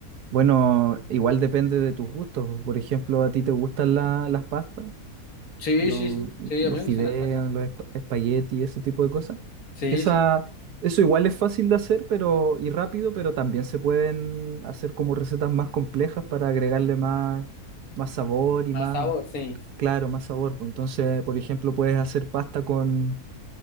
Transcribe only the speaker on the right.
Bueno, igual depende de tus gustos. Por ejemplo, ¿a ti te gustan la- las pastas?
lo-
los
fideos,
los esp- espaguetis, ese tipo de cosas.
Esa,
eso igual es fácil de hacer pero, y rápido, pero también se pueden hacer como recetas más complejas para agregarle más, más sabor y
más,
claro, más sabor. pues. Entonces, por ejemplo, puedes hacer pasta con,